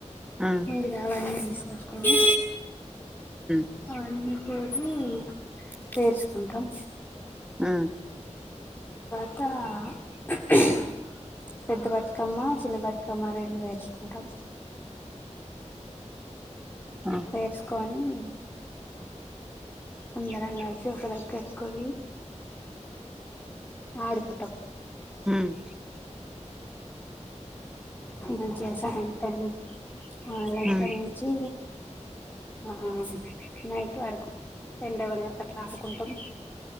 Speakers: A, in the centre; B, on the left.
A: హ్మ్
B: ముందు కావాలన్నవి తీసుకచ్చుకని
A: హ్మ్
B: అన్న పోటి చేర్చుకుంటాం
A: ఆ
B: త పెద్ద బతుకమ్మ చిన్న బతుకమ్మ రెండు వేర్చుకుంటాం
A: ఆ
B: పేర్సుకొని అ అందరం కలిసి ఒక దగ్గరికి పోయి ఆడుకుంటాం
A: ఉమ్
B: ఏమన్నా చేశావా ఇప్పుడు అండి ఆ అదరి
A: హ్మ్ హ్మ్
B: నుంచి ఆ నైటువరకు టెన్ డే వరకు అట్లా ఆడుకుంటాం